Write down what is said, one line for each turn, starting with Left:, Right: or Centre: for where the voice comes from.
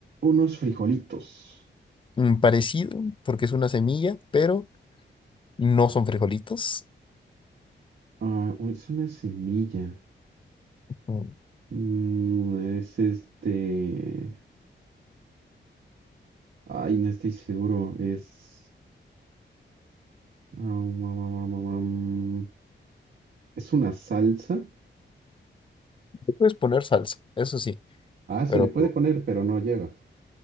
Right: Unos frijolitos.
Left: Mm, Parecido, porque es una semilla, pero no son frijolitos.
Right: Ah, o es una semilla.
Left: Mm,
Right: Mm, es este... Ay, no estoy seguro. Es... am, am, am, am, am. Es una salsa.
Left: Le puedes poner salsa, eso sí,
Right: Ah, se
Left: pero
Right: le puede poner, pero no lleva.